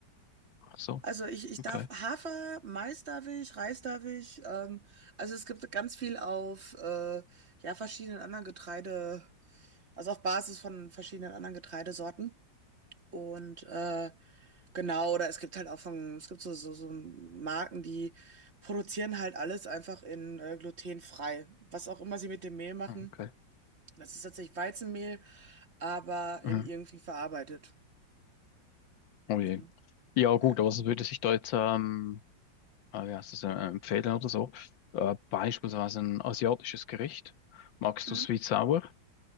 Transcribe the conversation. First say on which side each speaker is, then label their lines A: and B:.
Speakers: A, on the left; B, on the right.
A: ach so,
B: Also ich, ich
A: okay.
B: darf Hafer, Mais darf ich, Reis darf ich. Ähm, also es gibt ganz viel auf äh, ja, verschiedenen anderen Getreide, also auf Basis von verschiedenen anderen Getreidesorten. Und äh, genau, oder es gibt halt auch von, es gibt so, so, so Marken, die produzieren halt alles einfach in äh, glutenfrei. Was auch immer sie mit dem Mehl machen,
A: Hm, Okay.
B: das ist tatsächlich Weizenmehl, aber
A: Mhm.
B: in irgendwie verarbeitet.
A: Oh
B: Mhm.
A: je. Ja,
B: Ja.
A: gut, aber so würde sich da jetzt, ähm, äh, wie heißt das, äh, empfehlen oder so? Äh, beispielsweise ein asiatisches Gericht. Magst
B: Mhm.
A: du Sweet Sour?